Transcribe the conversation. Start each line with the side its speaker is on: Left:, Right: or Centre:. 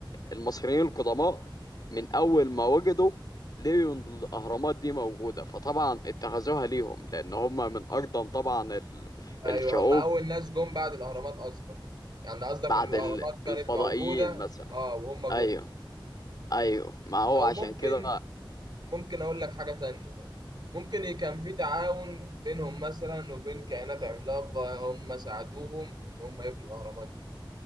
Left: المصريين القدماء من أول ما وجدوا لقيوا إن الأهرامات دي موجودة فطبعا اتخذوها ليهم لأن هم من أقدم طبعا ال-
Right: ايوه
Left: الشعوب
Right: هم اول ناس جم بعد الاهرامات قصدك يعني قصدك
Left: بعد
Right: ان الاهرامات
Left: ال-
Right: كانت
Left: الفضائيين
Right: موجودة
Left: مثلا
Right: اه وهم
Left: ايوه
Right: جم
Left: ايوه ما هو
Right: او
Left: عشان
Right: ممكن
Left: كده
Right: ممكن اقول لك حاجة تانية ممكن ي- كان في تعاون بينهم مثلا وبين كائنات عملاقة هم ساعدوهم ان هم يبنوا الاهرامات دي